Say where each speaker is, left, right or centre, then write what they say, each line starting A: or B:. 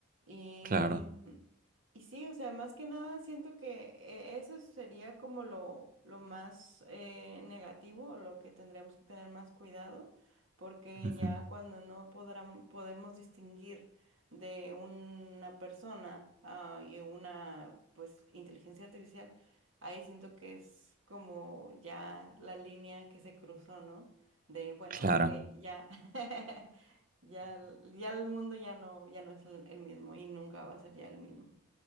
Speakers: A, on the right; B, on the right.
A: Y,
B: claro,
A: y sí, o sea, más que nada siento que eh, eso sería como lo, lo más eh, negativo, lo que tendríamos que tener más cuidado, porque
B: ujú,
A: ya cuando no podrán, podemos distinguir de una persona ah, y una pues inteligencia artificial, ahí siento que es como ya la línea que se cruzó, ¿no? De bueno,
B: claro,
A: ok, ya. <laughs> Ya, el- ya el mundo ya no, ya no es el el mismo y nunca va a ser ya el mismo.